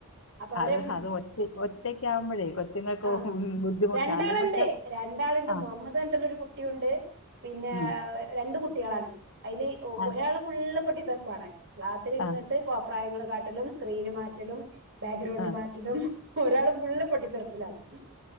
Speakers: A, on the right; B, on the left.
A: അപ്പൊ അവര്
B: അത് അത് ഒറ്റ ഒറ്റയ്ക്കാവുമ്പോഴേ കൊച്ചുങ്ങൾക്ക്
A: ആഹ
B: ബുദ്ധിമുട്ടാ
A: രണ്ടാളുണ്ട്
B: അത് പക്ഷെ
A: രണ്ടാളുണ്ട്
B: ആ
A: മുഹമ്മദ് പറഞ്ഞിട്ട് ള്ളരു കുട്ടിയുണ്ട് പിന്നെ
B: ഉം
A: രണ്ട് കുട്ടികളാണ് അതില്
B: ആ
A: ഒരാള് ഫുള് പൊട്ടിത്തെർപ്പാണ് ക്ലാസ്സിൽ ഇരിന്നിട്ട്
B: ആ
A: പ്രായങ്ങളൾ കാട്ടലും സ്ക്രീന് മാറ്റലും ബാക്ക്ഗ്രൗണ്ട്
B: ആ
A: മാറ്റ ലും ഒരാൾ ഫുള്ള് പൊട്ടിത്തെറപ്പിലാണ്